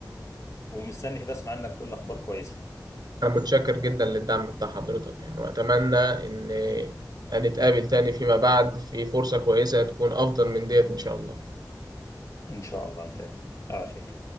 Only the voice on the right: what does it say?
انا متشكر جدا للدعم بتاع حضرتك يعني واتمنى ان نتقابل تاني فيما بعد في فرصة كويسة تكون افضل من ديت ان شاء الله